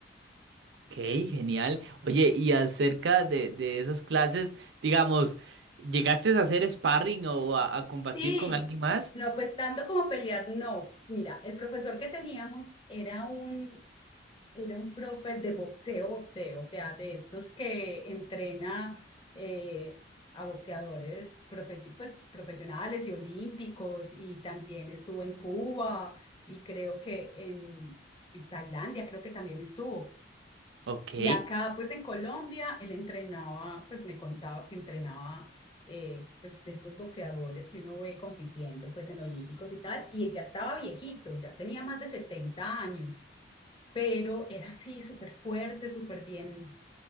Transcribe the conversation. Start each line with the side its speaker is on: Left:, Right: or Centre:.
Right: Ok, genial. Oye, y acerca de, de esas clases, digamos, ¿llegaste a hacer sparring o a, a combatir
Left: Sí,
Right: con alguien más?
Left: no, pues tanto como pelear, no. Mira, el profesor que teníamos era un, era un profe de boxeo, boxeo, o sea, de estos que entrena eh, a boxeadores profesi- pues, profesionales y olímpicos, y también estuvo en Cuba y creo que en en Tailandia, creo que también estuvo.
Right: Ok.
Left: Y acá, pues en Colombia, él entrenaba, pues me contaba que entrenaba, eh, pues de estos boxeadores que uno ve compitiendo, pues en olímpicos y tal, y ya estaba viejito, ya tenía más de 70 años, pero era así, súper fuerte, súper bien,